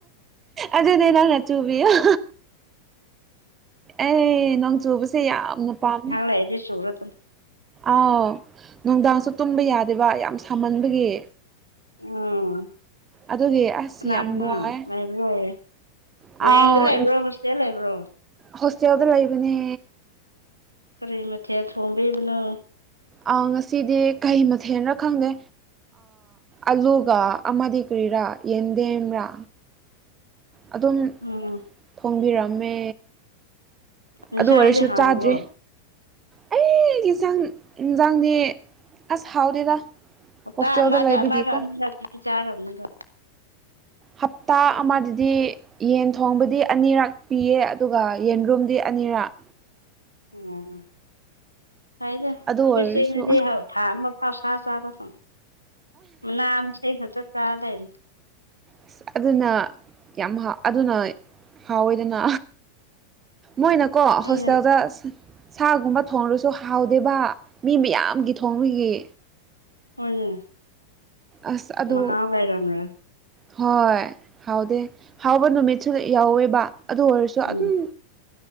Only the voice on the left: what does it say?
ꯆꯨꯔꯛꯀꯅꫭ
ꯎꯝ
ꯀꯅꯥ
ꯀꯅꯥ
ꯂꯩꯕꯔꫭ
ꯔꯦꯡꯗ ꯂꯩꯕ꯭ꯔꯣ ꯍꯣꯁꯇꯦꯜ ꯂꯩꯕ꯭ꯔꯣ
ꯀꯔꯤ ꯃꯊꯦꯜ ꯊꯣꯡꯕꯤꯕꯅꯣ
ꯎꯝ
ꯏꯟꯁꯥꯡꯗꯤ
ꯍꯥꯎꯕ꯭ꯔꯣ
ꯍꯞꯇꯥ
ꯑꯃꯗ
ꯑꯃꯔꯛ ꯑꯅꯤꯔꯛꯇꯗꯤ ꯆꯥꯔꯝꯅꯤꯗꯣ
ꯑꯣꯝ ꯍꯥꯏꯗ
ꯑꯩꯈꯣꯏ
ꯁꯤꯅꯗꯤ ꯊꯥ ꯑꯃ ꯄꯥꯎꯁꯥ ꯆꯥꯕ ꯐꯪ ꯃꯥ <unintelligible>
ꯍꯣꯏꯅꯦ
<unintelligible>
ꯃꯍꯥꯎ ꯂꯩꯔꯝꯂꯣꯏ
ꯎꯝ